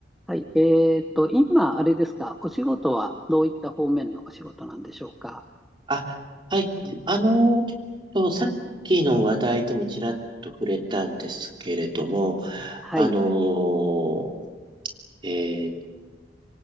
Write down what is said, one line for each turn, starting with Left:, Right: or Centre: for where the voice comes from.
Centre: はい。えーっと、今、あれですか、お仕事はどういった方面のお仕事なんでしょうか。
Right: あ、はい。うん、あの、ちょっとさっきの話題でもちらっと触れたんですけれども、
Centre: はい。
Right: あの、えー